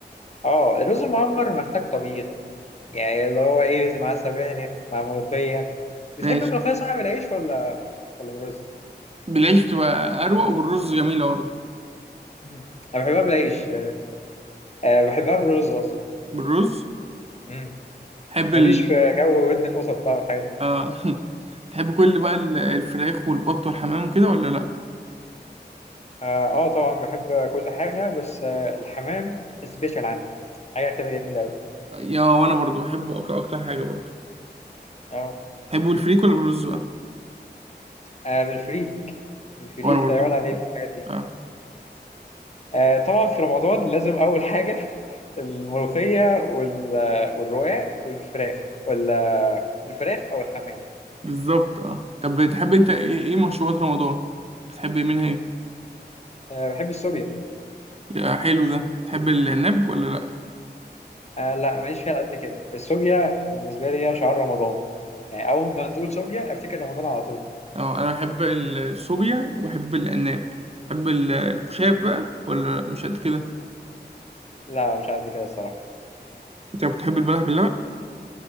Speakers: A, on the left; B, on the right.
A: اه الرز المعمر محتاج طبيخ يعني اللي هو ايه مع سبانخ مع ملوخية بتحب
B: ماشي
A: الملوخية صح بالعيش ولا ولا بالرز؟
B: بالعيش بتبقى أروق وبالرز جميلة برضه
A: مم. انا بحبها بالعيش أه بحبها بالرز قصدي
B: بالرز
A: مم.
B: تحب
A: ماليش
B: ال
A: في جو ودن القطط بقى والحاجات دي
B: آه. <laughs> تحب كل بقى ال- الفراخ والبط والحمام وكده ولا لأ؟
A: اه آه، طبعا بحب كل حاجة بس آه الحمام سبيشال عندي حاجة كده جميلة أوي
B: يا وأنا برضه بحبه أك- أكتر حاجة برضه
A: اه
B: تحبه الفريك ولا بالرز بقى؟
A: آه، بالفريك الفريك
B: وأنا برضه
A: لا يعلى عليه في الحاجات دي
B: اه
A: آه طبعا في رمضان لازم أول حاجة الملوخية وال... والرقاق والفراخ ولا الفراخ أو الحمام
B: بالظبط اه طب بتحب أنت إيه إيه مشروبات رمضان؟ بتحب منها إيه؟
A: أه بحب السوبيا
B: يا حلو ده تحب العناب ولا لا
A: أه لا ماليش فيها على قد كده السوبيا بالنسبة لي هي شعار رمضان يعني أول ما تقول سوبيا أفتكر رمضان على طول
B: اه انا بحب الصوبيا وبحب العناب بحب ال- الخشاف بقى ولا لأ؟ مش قد كده
A: لا مش على قد كده الصراحة
B: انت بتحب البلح باللبن